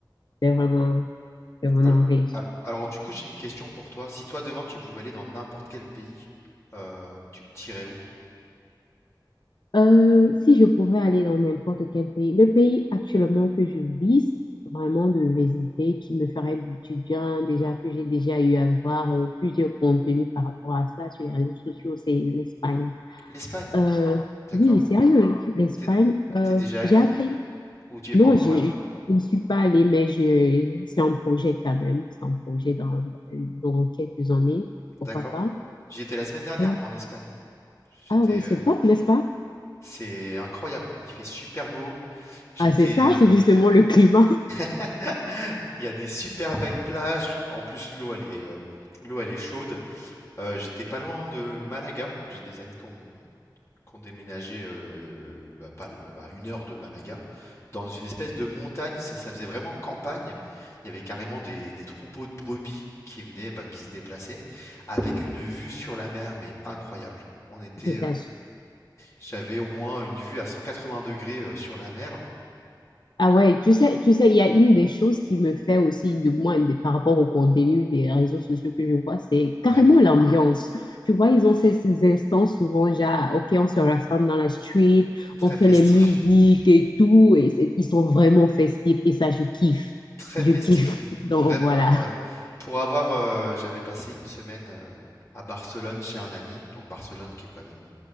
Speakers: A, on the left; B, on the left.
A: c'est vraiment, c'est vraiment
B: Al
A: riche.
B: al alors du coup, j'ai une question pour toi. Si toi, demain, tu pouvais aller dans n'importe quel pays, heu, tu tu irais où?
A: Euh, si je pouvais aller dans n'importe quel pays, le pays actuellement que je vise vraiment de visiter, qui me ferait du bien, déjà que j'ai déjà eu à voir euh, plusieurs contenus par rapport à ça sur les réseaux sociaux, c'est l'Espagne.
B: L'Espagne?
A: Euh,
B: D'accord.
A: oui, sérieux, l'Espagne,
B: T'es
A: euh,
B: t'es déjà allé?
A: j'ai appris.
B: Ou tu y es
A: Non,
B: pas encore
A: je
B: allé?
A: je ne suis pas allée, mais je, c'est un projet quand même. C'est un projet dans, dans quelques années,
B: D'accord.
A: pourquoi pas.
B: J'y étais la semaine dernière,
A: Donc,
B: moi, en Espagne. J'étais,
A: ah oui, c'est
B: euh,
A: top, n'est-ce pas?
B: c'est incroyable. Il fait super beau. J'étais,
A: Ah, c'est ça,
B: euh,
A: c'est justement le climat.
B: <laughs> il y a des super belles plages. En plus, l'eau, elle est, euh, l'eau, elle est chaude. Euh, j'étais pas loin de Malaga. J'ai des amis qui ont, qui ont déménagé euh, euh, bah, pas l- à une heure de Malaga, dans une espèce de montagne. Ça, ça faisait vraiment campagne. Il y avait carrément des, des troupeaux de brebis qui venaient, bah, qui se déplaçaient, avec une vue sur la mer, mais incroyable. On était,
A: <laughs> Je t'assure.
B: euh, J'avais au moins une vue à 180 degrés euh, sur la mer.
A: Ah ouais, tu sais, tu sais, il y a une des choses qui me fait aussi, du moins des- par rapport au contenu des réseaux sociaux que je vois, c'est carrément
B: Ouais,
A: l'ambiance. Tu vois, ils ont ces, ces instants souvent, genre, OK, on se rassemble dans la street,
B: très
A: on fait
B: festif,
A: les musiques et tout, et c'est- ils sont vraiment festifs, et ça, je kiffe.
B: très
A: Je
B: festif.
A: kiffe. <laughs> Donc
B: Vraiment,
A: voilà,
B: euh, pour avoir, euh, j'avais passé une semaine euh, à Barcelone chez un ami. Donc Barcelone, qui est quand même